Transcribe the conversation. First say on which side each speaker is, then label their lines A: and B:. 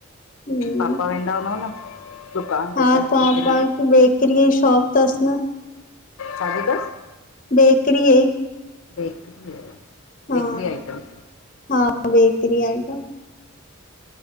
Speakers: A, on the left (about 40°); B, on the left (about 75°).
A: हम्म
B: पापा वेंदा हुंदव न? दुकान ते
A: हा,
B: त
A: पापा
B: टिफिन
A: खे बेकरीअ जी शॉप तसि न
B: छाजी तसि?
A: बेकरीअ जी।
B: बेकरीअ जो,
A: हा
B: बेकरी आइटम।
A: हा बेकरी आइटम।